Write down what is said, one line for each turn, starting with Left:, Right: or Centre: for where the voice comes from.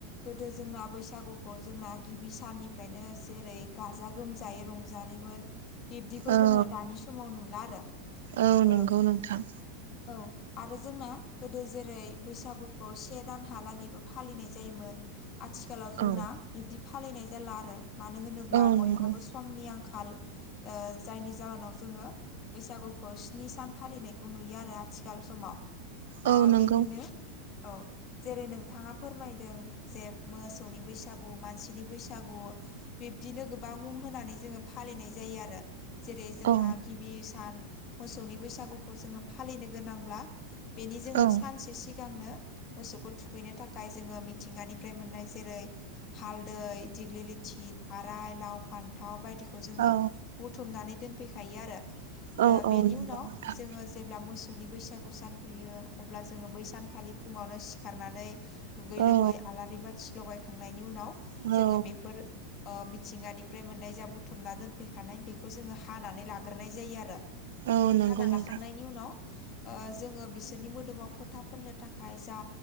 Left: गोदो जोंना बैसागुखौ जोंना गिबि साननिफ्रायनो जेरै गाजा गोमजायै रंज जारिमिन बिब्दिखौ
Right: औ
Left: जोंङो दानि समाव नुला आरो।
Right: औ नोंगौ
Left: ओ
Right: नोंथां।
Left: औ आरो जोंना गोदो जेरै बैसागुखौ से दानहालागैबो फालिनाय जायोमोन। आथिखालाव जोंना
Right: औ
Left: बिबदि फालिनाय जाला आरो मानो होनोब्ला
Right: औ
Left: बयहाबो
Right: नंगौ
Left: समनि आंखाल ओ जायनि जाहोनाव जोंङो बैसागुखौ स्नि सान फालिनायखौ नुयो आरो आथिखाल समाव। ओ
Right: औ नंगौ
Left: बेनिनो औव जेरै नोंथांङा फोरमायदों जे मोसौनि बैसागु मानसिनि बैसागु बिब्दिनो गोबां मुं होनानै जोंङो फालिनाय जायो आरो। जेरै जोंहा
Right: औ
Left: गिबि सान मोसौनि बैसागुखौ जोंङो फालिनो जायोब्ला बेनि जोंङो
Right: औ
Left: सानसे सिगांनो मोसौखौ थुखैनो थाखाय जोंङो मिथिंगानिफ्राय मोननाय जेरै हालदै दिग्लि लिथि थाराय लाव फान्थाव बायदि बोजोंङो
Right: औ
Left: बुथुमनानै दोनफैखायो आरो
Right: औ
Left: ओ बेनि‌
Right: नंगौ
Left: उनाव
Right: नोंथां
Left: जोंङो जेब्ला मोसौव सौनि बैसागु सान फैयो अब्ला जोंङो बै सानखालि फुंङावनो सिखारनानै दुगै लोबै
Right: औ
Left: आलारि बाथि लगाय खांनायनि उनाव
Right: औ
Left: जोंङो बेफोर ओ मिथिंगानिफ्राय मोननाय जा बुथुमना दोनफैखानाय बेखौ जोंङो हानानै लागोरनाय जायो आरो।
Right: औ नंगौ
Left: खाना लाखांनायनि
Right: नोंथां
Left: उनाव ओ जोंङो बिसोरनि मोदोमाव फोथा फोननो थाखाय जा